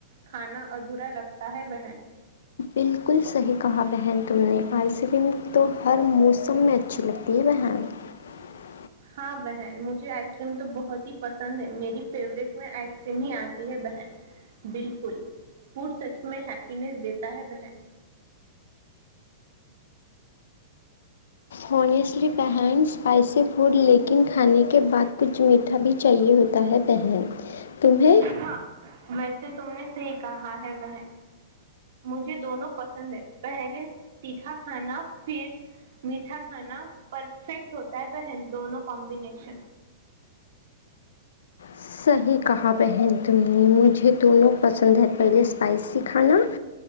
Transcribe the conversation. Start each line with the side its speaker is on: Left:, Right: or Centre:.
Right: کھانا ادھورا لگتا ہے بہن <unintelligible>
Left: بالکل صحیح کہا بہن تم نے آئس کریم تو ہر موسم میں اچھی لگتی ہے بہن <unintelligible>
Right: ہاں بہن مجھے آئس کریم تو بہت ہی پسند ہے میری فیوریٹ میں آئس کریم ہی آتی ہے بہن بالکل فوڈ سچ میں ہیپینیس دیتا ہے بہن
Left: ہنیسٹلی بہن اسپائسی فوڈ لیکن کھانے کے بعد کچھ میٹھا بھی چاہیے ہوتا ہے بہن تمہیں
Right: ہاں ویسے تم نے صحی کہا ہے بہن مجھے دونوں پسند ہے پہلے تیکھا کھانا پھر میٹھا کھانا پرفیکٹ ہوتا ہے بہن دونوں کمبینیشن
Left: صحیح کہا بہن تم نے مجھے دونوں پسند ہے پہلے اسپائسی کھانا